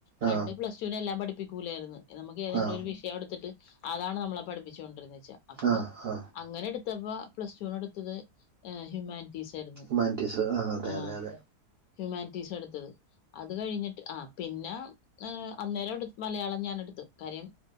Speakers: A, on the left (about 70°); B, on the right (about 75°).
A: പണ്ട്
B: ആ
A: പ്ലസ് ടൂവിന് എല്ലാം പഠിപ്പിക്കൂലായിരുന്ന്, നമ്മക്ക് ഏതെങ്കിലും
B: ആ
A: ഒരു വിഷയം എടുത്തിട്ട് അതാണ് നമ നമ്മളെ പഠിപ്പിച്ചോണ്ടിരുന്നേച്ച അപ്പ
B: ആ ആ
A: അങ്ങനെ എടുത്തപ്പോ പ്ലസ്ടൂന്ട്ത്തത് ഏ ഹ്യുമാനി റ്റീസയിരുന്നു
B: ഹ്യൂമാനിറ്റീസ് ആ അതെ
A: ആഹ്
B: അതെ അതെ
A: ഹ്യുമാനിറ്റീസായെടുത്തത് അത് കഴിഞ്ഞിട്ട് ആ പിന്നെ ഏ അന്നേരം എടു മലയാളം ഞാൻ എടുത്തു കാര്യം